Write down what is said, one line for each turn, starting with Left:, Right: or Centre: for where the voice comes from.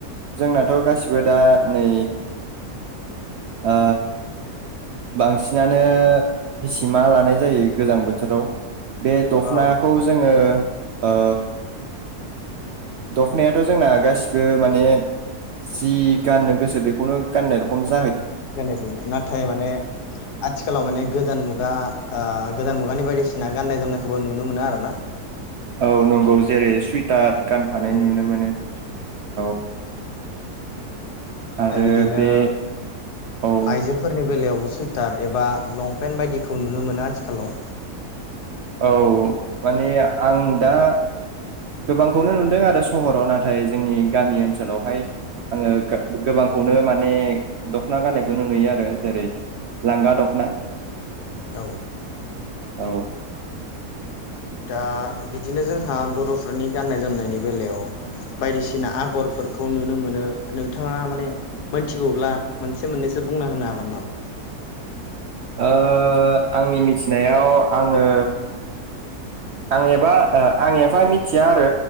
Right: जोंनाथ' गासिबो दा नै ओ बांसिनानो हिसिमा लानाय जायो गोजां बोथोराव। बे दखनाखौ
Left: औ
Right: जोङो ओ दखनायाथ' जोंना गासिबो माने जि गाननो गोसो बेखौनो गाननाय रखम जा
Left: दोनोसै नाथाय माने आथिखालाव माने गोदान मुगा ओ गोदान मुगानि बायदि सिना गान्नाय जोमनायखौबो नुनो मोनो आरोना।
Right: औ नंगौ जेरै सुइट टार गानफानाय
Left: ओ
Right: नुनो मोनो औ आरो
Left: दा बिदिनो
Right: बे औ
Left: आइजोफोरनि बेलायावबो सुइटार एबा लंपेन्ट बायदिखौ नुनो मोनो आथिखालाव।
Right: औ माने आं दा गोबांखौनो नुदों आरो सहराव नाथाय जोंनि गामि ओनसोलावहाय आङो गा-गोबां खौनो माने दख'ना गाननायखौनो नुयो आरो जेरै लांगा दख'ना।
Left: औ।
Right: औ।
Left: दा बिदिनो जोंहा बर'फोरनि गाननाय जोमनायनि बेलायाव बायदिसिना आगरफोरखौ नुनो मोनो नोंथाङा माने मोनथिगौब्ला मोनसे मोननैसो बुंना होनो हागोन नामा?
Right: ओ आंनि मिथिनायाव आङो आं एबा ओ आं एफा मिथिया आरो।